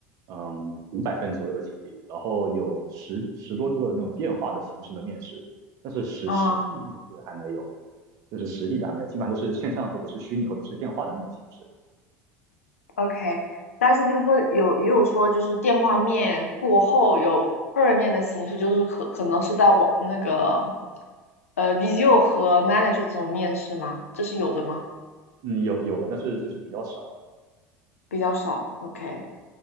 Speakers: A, on the right; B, on the left.
A: 嗯五百份左右的简历，然后有十十多个那种电话的形式的面试，但是实实地面试还没有，
B: 嗯
A: 就是实地的还没有，基本上都是线上或者是虚拟或者是电话的那种形式。
B: ，OK。但是就是说有也有说就是电话面过后有二面的形式，就是可可能是在网那个呃 Visio 和 Manager 这种面试吗？这是有的吗？
A: 嗯，有有的，但是就是比较少
B: 比较少。OK。